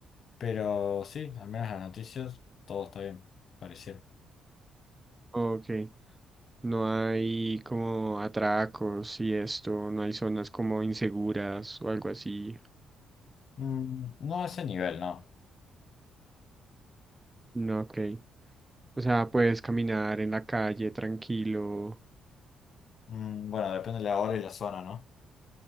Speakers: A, on the left; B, on the right.
A: Pero sí, al menos en las noticias todo está bien, pareciera.
B: Ok. No hay como atracos y esto, no hay zonas como inseguras o algo así.
A: Mm, no a ese nivel, no.
B: No, ok. O sea, puedes caminar en la calle tranquilo.
A: Mm, bueno, depende de la hora y la zona, ¿no?